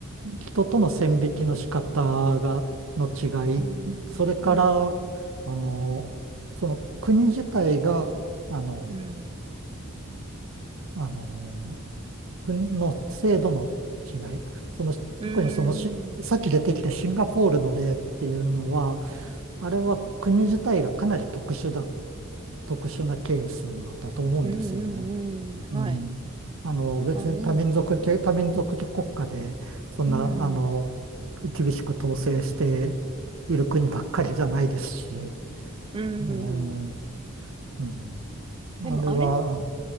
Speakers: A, on the right; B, on the right.
A: 人との線引きの仕方が、の違い、
B: ああ
A: それから、
B: はい。
A: あの、その国自体が、あの、
B: うん。
A: あの、国の制度の違い、その、
B: うん。
A: 特にそのし、さっき出てきたシンガポールの例っていうのは、あれは国自体がかなり特殊だ、特殊なケースだと思うんですよね。
B: うんうんうん。
A: うん。
B: はい。
A: あの、別に多民族系、
B: 多民族
A: 多民族国家で、そんな、
B: うん。
A: あの、厳しく統制している国ばっかりじゃないですし、え
B: うん。
A: ーうん。
B: でもあれ、
A: あれは、